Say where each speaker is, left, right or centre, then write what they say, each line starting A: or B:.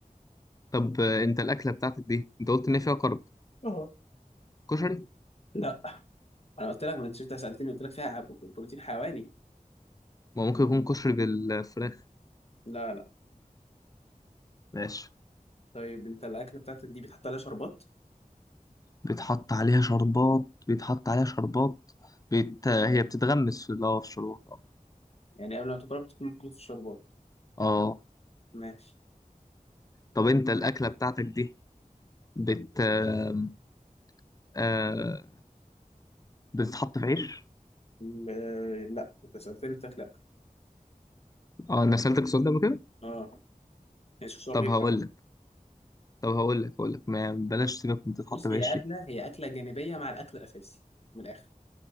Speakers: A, on the left (about 25°); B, on the left (about 45°).
A: طب آه، انت الأكلة بتاعتك دي انت قلت ان هي فيها كارب
B: اه
A: كشري
B: لا انا قلت لك ما انت شفت سالتني قلت لك فيها عب- بروتين حيواني
A: ما ممكن يكون كشري بالفراخ
B: لا لا
A: ماشي
B: طيب انت الاكله بتاعتك دي بتحط عليها شربات
A: بيتحط عليها شربات بيتحط عليها شربات بيت... هي بتتغمس في اه في الشربات اه
B: يعني قبل ما تاكلها بتكون مكتوب في الشربات
A: اه
B: ماشي
A: طب انت الاكله بتاعتك دي بت آم، آه... بتتحط في عيش
B: م- آه، لا انت سالتني قلت لك لا
A: اه انا سألتك السؤال ده قبل كده
B: اه ماشي سؤال
A: طب
B: غير
A: هقول
B: عادي.
A: لك طب هقول لك هقول لك ما بلاش سيبك من تتحط
B: بص
A: بعيش
B: هي اكله
A: دي
B: هي اكله جانبيه مع الاكل الاساسي من الاخر